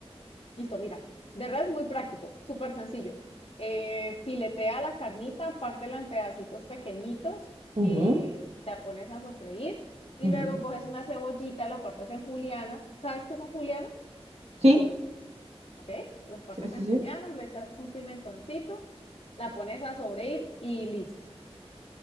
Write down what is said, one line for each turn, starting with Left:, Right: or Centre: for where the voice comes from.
Left: Listo, mira. De res muy práctico, súper sencillo. Eh, filetea la carnita, pártela en pedacitos pequeñitos,
Right: Ujú,
Left: eh, la pones a sofreír y
Right: ujú,
Left: luego coges una cebollita, la partes en julianas. ¿Sabes qué son julianas?
Right: Sí,
Left: Ok, las partes
Right: sí, sí,
Left: en
Right: sí.
Left: julianas, le echas un pimentoncito, la pones a sofreír y listo.